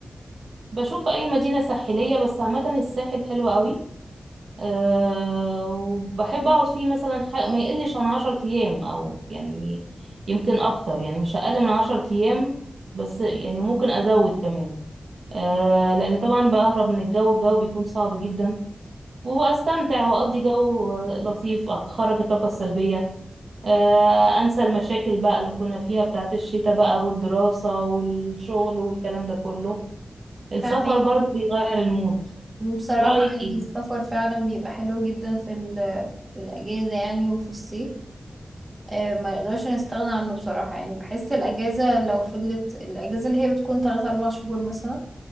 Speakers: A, on the right (about 70°); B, on the right (about 30°).
A: بشوف اي مدينة ساحلية بس عامة الساحل حلو قوي أه وبحب اقعد فيه مثلا ح- ما يقلش عن عشر ايام او يعني يمكن اكتر يعني مش اقل من عشر ايام بس يعني ممكن ازود كمان آه لان طبعا بهرب من الجو الجو بيكون صعب جدا واستمتع واقضي جو لطيف اخرج الطاقه السلبيه آه، انسى المشاكل بقى اللي كنا فيها بتاعت الشتاء بقى والدراسه والشغل والكلام ده كله السفر
B: فاهمك
A: برضه بيغير المود
B: بصراحة
A: رايك
B: يعني
A: ايه
B: السفر فعلا بيبقى حلو جدا في ال في الأجازة يعني وفي الصيف آه ما نقدرش نستغنى عنه بصراحة يعني بحس الأجازة لو فضلت الأجازة اللي هي بتكون تلات أربع شهور مثلا